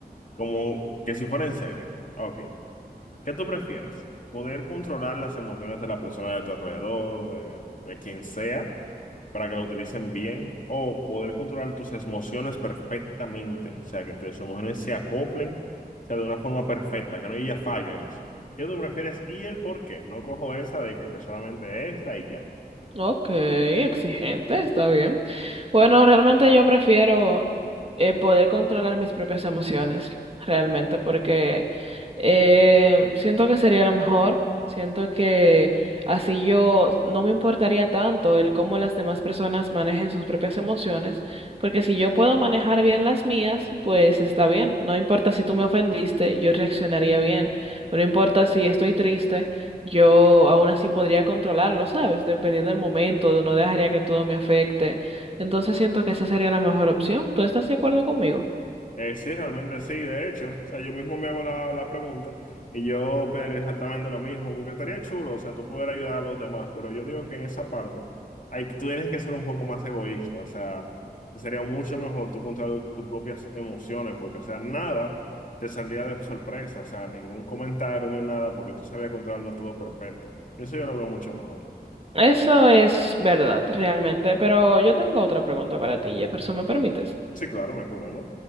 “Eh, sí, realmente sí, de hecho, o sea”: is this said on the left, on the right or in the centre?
Left